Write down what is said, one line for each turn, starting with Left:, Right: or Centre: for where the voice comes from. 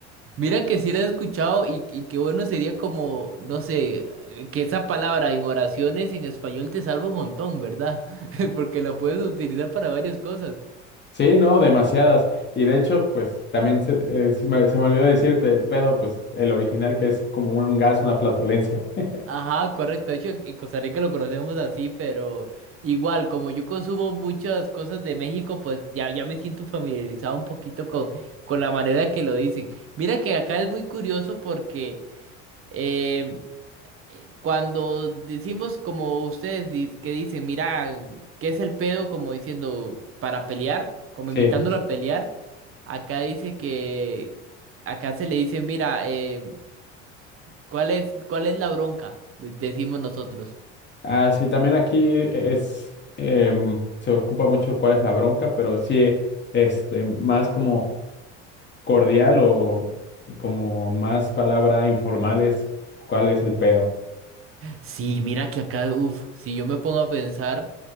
Right: Mira que si lo he escuchado y, y qué bueno sería como, no sé, que esa palabra en oraciones en español te salva un montón, ¿verdad? <laughs> Porque la puedes utilizar para varias cosas.
Left: Sí, no, demasiadas. Y de hecho, pues también se, eh, se me, se me olvidó decirte, el pedo, pues el original que es como un gas, una flatulencia. <laughs>
Right: Ajá, correcto. De hecho, en Costa Rica lo conocemos así, pero igual, como yo consumo muchas cosas de México, pues ya, ya me siento familiarizado un poquito con, con la manera que lo dicen. Mira que acá es muy curioso porque... em, eh, Cuando decimos como ustedes di- que dicen, mira, ¿qué es el pedo? Como diciendo, para pelear, como
Left: Sí.
Right: invitándolo a pelear. Acá dice que, acá se le dice, mira, eh, ¿cuál es, cuál es la bronca? de- Decimos nosotros.
Left: Ah, sí, también aquí es, em, se ocupa mucho cuál es la bronca, pero sí, este, más como cordial o como más palabra informal es cuál es el pedo.
Right: Sí, mira que acá, uff, si yo me pongo a pensar,